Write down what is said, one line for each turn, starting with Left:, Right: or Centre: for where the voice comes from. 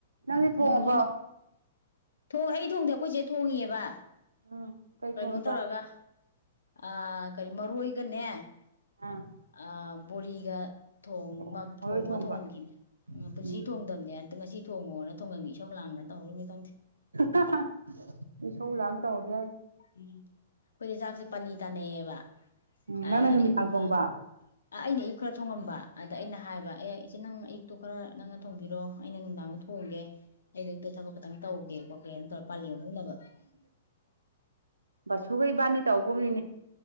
Right: ꯅꯪꯗꯤ ꯊꯣꯡꯉꯕꫭ
Left: ꯅꯣꯡꯁꯨ ꯊꯣꯡ ꯑꯩ ꯊꯣꯡꯗꯧ ꯑꯈꯣꯏ ꯆꯦ ꯊꯣꯡꯉꯤꯕ
Right: ꯎꯝ ꯀꯩ
Left: ꯀꯩꯅꯣ
Right: ꯊꯣꯡꯉꯤꯕ
Left: ꯇꯧꯔꯒ ꯑ ꯀꯔꯤ ꯃꯔꯣꯏꯒꯅꯦ
Right: ꯑꯥ
Left: ꯑ ꯣꯔꯤꯒ ꯊꯣꯡ
Right: ꯑꯣ ꯃꯔꯣꯏ
Left: ꯊꯣꯡꯉꯒ
Right: ꯊꯣꯡꯕ
Left: ꯊꯣꯡꯍꯟꯈꯤꯅꯤ ꯄꯨꯟꯁꯤꯒꯤ
Right: ꯎꯝ
Left: ꯊꯣꯡꯗꯕꯅꯦ ꯑ ꯉꯁꯤ ꯊꯣꯡꯉꯣꯅ ꯊꯣꯡꯒꯪꯅꯤ ꯏꯁꯧ ꯂꯥꯡꯅ ꯇꯧꯍꯧꯔꯤ ꯃꯤ ꯈꯪꯗ‌ꯦ
Right: ꯍ ꯍ ꯍ ꯢꯁꯧ ꯂꯥꯡ ꯇꯧꯅꯤꯉꯥꯢ
Left: ꯎꯝ ꯑꯈꯣꯏꯁꯦ ꯆꯥꯛꯁꯦ ꯄꯥꯂꯤ ꯇꯥꯅꯩꯌꯦꯕ
Right: ꯎꯝ
Left: ꯑꯗꯨꯗ
Right: ꯅꯪꯅ ꯅꯨꯃꯤꯗꯥꯡ
Left: ꯑꯌꯨꯛ ꯅꯨꯗꯥꯡ
Right: ꯊꯣꯡꯕ
Left: ꯑ ꯑꯩꯅ ꯑꯌꯨꯛ ꯈꯔ ꯊꯣꯡꯉꯝꯕ ꯑꯗ ꯑꯩꯅ ꯍꯥꯏꯕ ꯑꯦ ꯏꯆꯦ ꯅꯪ ꯑꯌꯨꯛ ꯇꯨꯣ ꯈꯔ ꯅꯪꯅ ꯊꯣꯡꯕꯤꯔꯣ ꯑꯩꯅ ꯅꯨꯡꯗꯥꯡꯗ ꯊꯣꯡꯒꯦ ꯑꯩꯗꯗ ꯊꯕꯛ ꯈꯤꯇꯪ ꯇꯧꯒꯦ ꯈꯣꯠꯀꯦꯅ ꯇꯧꯔ ꯄꯥꯜꯂꯤ ꯑꯗꯕ <unintelligible>
Right: ꯕꯥꯁꯨꯒ ꯏꯕꯥꯅꯤ ꯇꯧꯒꯨꯝꯅꯤꯅꯦ